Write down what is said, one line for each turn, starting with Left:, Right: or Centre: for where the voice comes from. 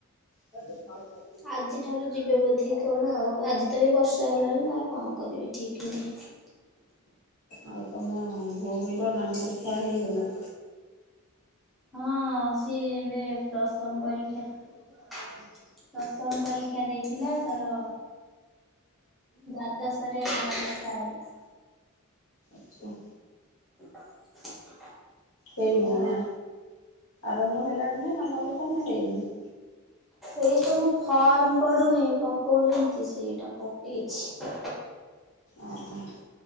Left: <unintelligible>
Centre: ଆଜି ଠାରୁ ଯିବେ ବୋଧେ କଣ ଆଉ ଆଜି ତ ଏ ବର୍ଷା ହେଲାଣି ଆଉ କଣ କରିବି ଠିକ୍ ନୁହେଁ।
Left: ଆଉ ତମ ଭଉଣୀର ନାମ ଲେଖା ହେଇଗଲା?
Centre: ହଁ ସିଏ ଏବେ ଦଶମ ପରୀକ୍ଷା। ଦଶମ ପରୀକ୍ଷା ଦେଇଥିଲା ତାର। ଦ୍ଵାଦଶ ରେ ନାଆଁ ଲେଖା ହେଲା।
Left: ଆଚ୍ଛା।
Centre: <inaudible>
Left: ହେଇନି
Centre: ଏଇଆ ଆଉ।
Left: ନା ଆରମ୍ଭ ହେଲାଣି ନା ନାମ ଲେଖା ନା ହେଇନି?
Centre: ଏଇ ସବୁ ଫର୍ମ ପଡ଼ୁନି ପକଉଛନ୍ତି ସେଇଟା ପକେଇଛି,
Left: ଓହୋ